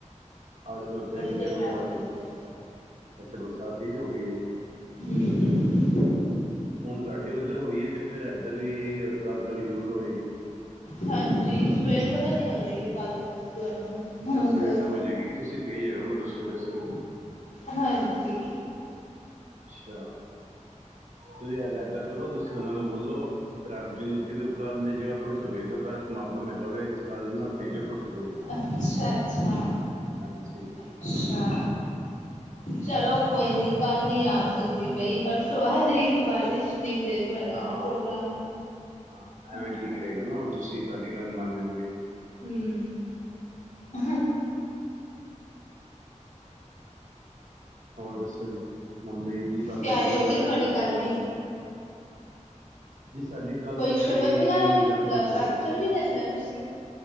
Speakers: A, on the right (about 70°); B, on the left (about 75°).
A: ਆਜ ਕੱਲ ਤਾਂ ਇਹ ਚੀਜ਼
B: ਤੇਜ਼
A: ਬੜੀ
B: ਆ
A: ਵਧ
B: ਰਹੀ ਹੈ
A: ਗੀ
B: ਇੱਧਰ
A: ਏ, ਅੱਛਾ ਬਰਸਾਤ ਤੇਜ ਹੋ ਗਈ ਏ?
B: ਹ-
A: ਹੁਣ ਤੁਹਾਡੇ ਉੱਧਰ ਹੋਈ ਹੈ ਤੇ ਫਿਰ ਏਧਰ ਵੀ, ਕੱਲ ਤੱਕ ਜ਼ਰੂਰ ਹੋਏਗੀ।
B: ਹਾਂਜੀ, ਸਵੇਰ ਤੱਕਨ ਈ ਹੋ ਜੇਗੀ ਬਾਰਿਸ ਤੁਹਾਨੂੰ
A: ਅੱਛਾ,
B: ਉਧਰ
A: ਸਵੇਰੇ ਤੱਕ ਹੋ ਜੇ ਗੀ, ਤੁਸੀਂ ਭੇਜ ਰਹੇ ਹੋ ਮਤਲਬ ਸਵੇਰੇ- ਸਵੇਰੇ।
B: ਹਾਂਜੀ।
A: ਅੱਛਾ, ਤੁਸੀਂ ਏਦ ਇਦਾਂ ਕਰੋ, ਤੁਸੀਂ ਉਹਨਾਂ ਨੂੰ ਬੋਲੋ, ਰੱਬ ਜੀ ਨੂੰ ਕਿ ਕੱਲ੍ਹ ਦੇ ਜਗਾ ਪਰਸੋਂ ਭੇਜ ਦਿਊ, ਕੱਲ੍ਹ ਸਮਾਗਮ ਹੈਗਾ ਵੇ, ਅਤੇ ਕੱਲ੍ਹ ਨਾ ਭੇਜੋ, ਪਰਸੋਂ ਭੇਜ ਦਿਓ।
B: ਅੱਛਾ, ਅੱਛਾ।
A: ਹਾਂਜੀ।
B: ਅੱਛਾ, ਚਲੋ ਕੋਈ ਨੀ, ਕੱਲ ਨੀ ਆ ਸਕਦੀ ਬਈ, ਪਰਸੋਂ ਆ ਜਾਏਗੀ ਬਾਰਿਸ਼, ਨਹੀਂ ਤੇ ਤੁਹਾਡਾ
A: ਹਾਂ
B: ਪ੍ਰੋਗਰਾਮ
A: ਹਾਂ,
B: ਹਾਂ
A: ਐਵੇਂ ਠੀਕ ਰਹੇਗਾ ਨਾ ਹੁਣ, ਤੁਸੀਂ-ਤੁਹਾਡੀ ਗੱਲ ਮੰਨ ਲੈਣ ਗੇ।
B: ਹਮ।
A: ਹੋਰ ਦੱਸੋ ਜੀ, ਮੰੰਮੀ ਜੀ, ਪਾਪਾ
B: ਤਿਆਰੀ
A: ਜੀ, ਠੀਕ
B: ਹੋ ਗਈ
A: ਤੁਹਾਡੇ
B: ਤੁਹਾਡੀ
A: ਸਾਰੇ
B: ਕੱਲ
A: ਘਰ?
B: ਦੀ
A: ਜੀ ਸਾਡੀ ਕੱਲ
B: ਕੋਈ
A: ਦੀ
B: ਸ਼ਬਦ
A: ਤਿਆਰੀ
B: ਵਗੈਰਾ ਵੀ
A: ਲਗਭਗ
B: ਲੈਕਚਰ
A: ਹੋ ਗਈ।
B: ਵੀ ਦਿੰਦੇ ਹੋ ਤੁਸੀਂ